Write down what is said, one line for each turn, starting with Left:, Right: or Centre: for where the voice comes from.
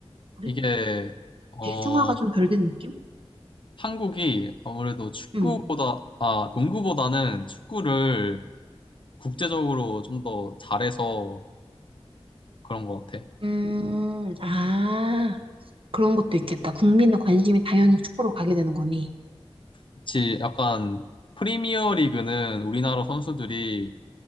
Right: 그래?
Left: 이게 어
Right: 대중화가 좀 덜 된 느낌?
Left: 한국이 아무래도 축구보다
Right: 음.
Left: 아 농구보다는 축구를 국제적으로 좀 더 잘해서 그런 것 같아.
Right: 음, 아, 그런 것도 있겠다. 국민의 관심이 당연히 축구로 가게 되는 거니.
Left: 그치, 약간 프리미어 리그는 우리나라 선수들이